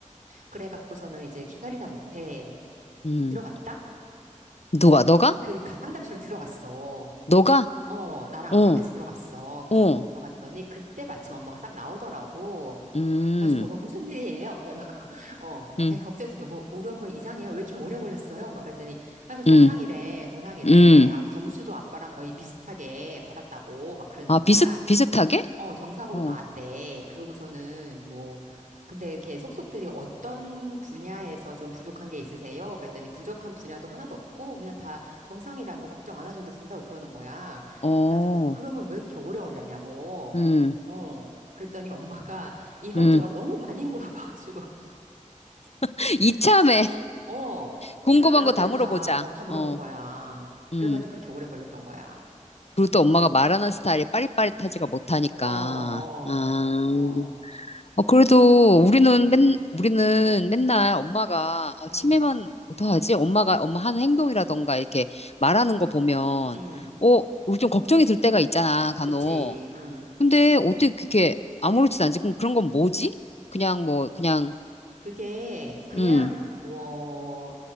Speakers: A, on the right; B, on the left.
A: 그래갖고서는 이제 기다리다 못해
B: 음.
A: 들어갔다?
B: 누가, 너가?
A: 그 가- 상담실로 들어갔어.
B: 너가?
A: 어, 나랑
B: 어,
A: 아빠랑 같이 들어갔어. 그래가지고
B: 어,
A: 들어갔더니 그때 마침 엄마가 싹 나오더라고.
B: 음,
A: 가지고 뭐 무슨 일이에요? 내가 막 <laughs> 어,
B: 음,
A: 제가 걱정해서 이렇게 뭐, 뭐 우리 엄마 이상해요? 왜 이렇게 오래 걸렸어요? 막 그랬더니 아 이거 정상이래
B: 음,
A: 정상이래
B: 음.
A: 아 점수도 아빠랑 거의 비슷하게 받았다고 막 그러는
B: 아,
A: 거야.
B: 비슷, 비슷하게?
A: 어, 정상으로
B: 어,
A: 나왔대. 그러고서는 뭐, 근데 이렇게 속속들이 어떤 분야에서 좀 부족한 게 있으세요? 그랬더니 부족한 분야도 하나도 없고 그냥 다 정상이라고 걱정 안 하셔도 된다고 그러는 거야.
B: 어,
A: 가지고 그러면 왜 이렇게 오래 걸렸냐고.
B: 음,
A: 어. 그랬더니 엄마가 이것저것
B: 음.
A: 너무 많이 물어봐가지고 <laughs>
B: <laughs> 이참에
A: 어,
B: 궁금한
A: 생각나는
B: 거 다
A: 대로
B: 물어보자.
A: 다, 어, 다 물어본
B: 어,
A: 거야. 그래가지고
B: 음.
A: 그렇게 오래 걸렸던 거야.
B: 그리고 또 엄마가 말하는 스타일이 빠릿빠릿하지가 못하니까.
A: 어, 어,
B: 아,
A: 어,
B: 어, 그래도 우리는 맨, 우리는 맨날 엄마가, 아,
A: 응,
B: 치매면 어떡하지? 엄마가, 엄마 하는 행동이라던가 이렇게 말하는 거 보면,
A: 응,
B: 어, 우리 좀 걱정이 들 때가 있잖아, 간혹.
A: 그치, 응.
B: 근데 어떻게 그렇게 아무렇지도 않지? 그럼 그런 건 뭐지? 그냥 뭐, 그냥,
A: 그게 그냥
B: 음,
A: 뭐